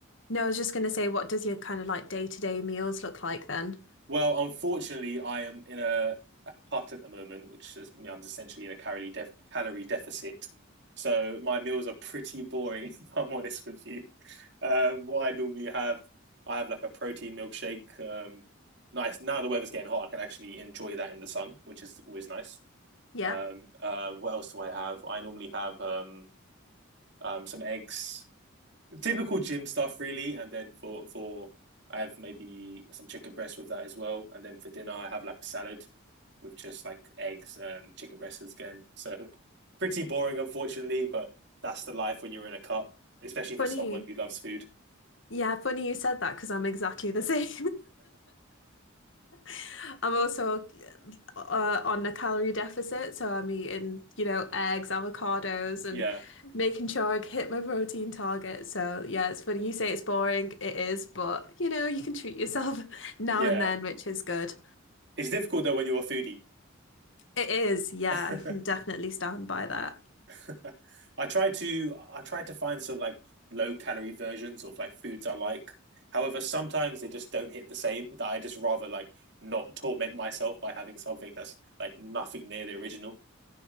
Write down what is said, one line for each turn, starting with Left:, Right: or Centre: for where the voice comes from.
Left: No, I was just gonna say, what does your kind of like day-to-day meals look like then?
Right: Well, unfortunately I am in a, a cut at the moment, which is you know, I'm essentially in a calorie def- calorie deficit. So my meals are pretty boring <laughs> if I'm honest with you. Um what I normally have I have like a protein milkshake. Um nice now the weather's getting hot, I can actually enjoy that in the sun, which is always nice.
Left: Yep.
Right: Um uh what else do I have? I normally have um um some eggs typical gym stuff really, and then for for I have maybe some chicken breast with that as well, and then for dinner I have like a salad with just like eggs and chicken breasts again. So pretty boring, unfortunately, but that's the life when you're in a cut, especially for
Left: Funny.
Right: someone who loves food.
Left: Yeah, funny you said that because I'm exactly the same. <laughs> I'm also uh, on a calorie deficit, so I'm eating, you know, eggs, avocados, and
Right: <laughs> yeah,
Left: making sure I hit my protein target. So yeah, it's funny you say it's boring. It is, but you know, you can treat yourself <laughs> now
Right: yeah.
Left: and then, which is good.
Right: It's difficult though when you're a foodie.
Left: It is. Yeah,
Right: <laughs>
Left: I can definitely stand by that.
Right: <laughs> I tried to I tried to find some like low calorie versions of like foods I like. However, sometimes they just don't hit the same. That I just rather like not torment myself by having something that's like nothing near the original.